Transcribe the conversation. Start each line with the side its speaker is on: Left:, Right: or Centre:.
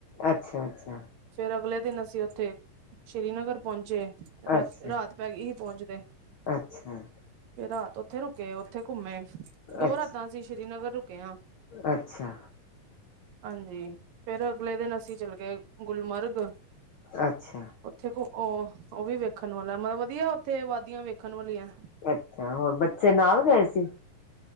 Left: ਅੱਛਾ ਅੱਛਾ
Right: ਫੇਰ ਅਗਲੇ ਦਿਨ ਅਸੀਂ ਉੱਥੇ, ਸ਼੍ਰੀਨਗਰ ਪਹੁੰਚੇ ਰਾਤ-
Left: ਅੱਛਾ
Right: ਰਾਤ। ਹੀ ਪਹੁੰਚ ਗਏ,
Left: ਅੱਛਾ
Right: ਫੇਰ ਰਾਤ ਉੱਥੇ ਰੁਕੇ ਉੱਥੇ ਘੁੰਮੇ। ਦੋ
Left: ਅੱਛਾ
Right: ਰਾਤਾਂ ਅਸੀਂ ਸ਼੍ਰੀਨਗਰ ਰੁਕੇ ਹਾਂ।
Left: ਅੱਛਾ।
Right: ਹਾਂਜੀ ਫੇਰ ਅਗਲੇ ਦਿਨ ਅਸੀਂ ਚਲੇ ਗਏ ਗੁਲਮਰਗ
Left: ਅੱਛਾ
Right: ਉਥੇ ਉਹ ਉਹ ਵੀ ਵੇਖਣ ਵਾਲਾ ਮਤਲਬ ਵਧੀਆ ਉੱਥੇ ਵਾਦੀਆਂ ਵੇਖਣ ਵਾਲੀਆਂ
Left: ਅੱਛਾ ਹੋਰ ਬੱਚੇ ਨਾਲ ਗਏ ਸੀ।